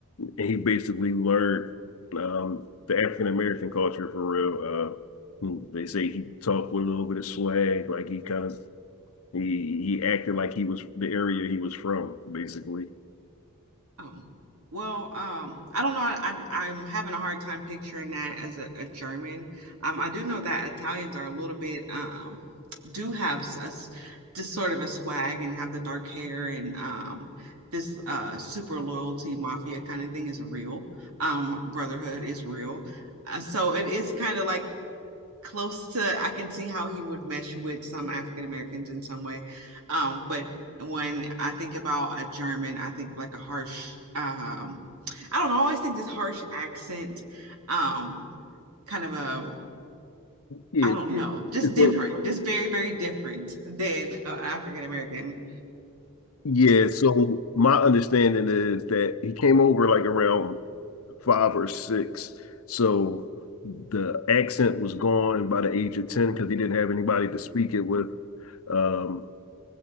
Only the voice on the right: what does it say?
Oh, well, um, I don't know. I, I I'm having a hard time picturing that as a, a German. Um, I do know that Italians are a little bit um do have s- a s- just sort of a swag and have the dark hair and um this uh super loyalty mafia kind of thing is real. Um, brotherhood is real. Uh, so it is kind of like close to I can see how he would mesh with some African Americans in some way. Um, but when I think about a German, I think like a harsh um I don't know, I always think this harsh accent, um, kind of a
I don't yeah. know, just different,
just very, very different than an African American.